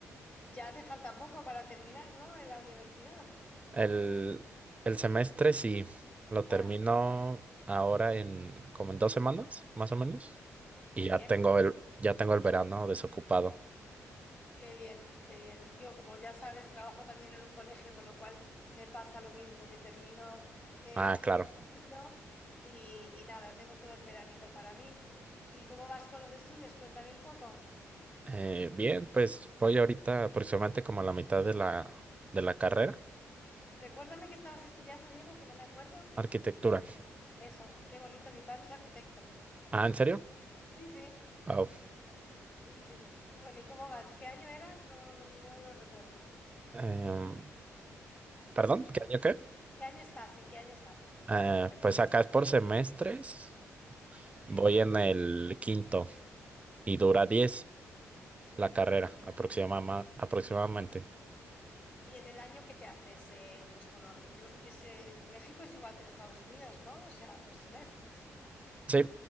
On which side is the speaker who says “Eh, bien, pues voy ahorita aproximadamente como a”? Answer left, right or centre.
Right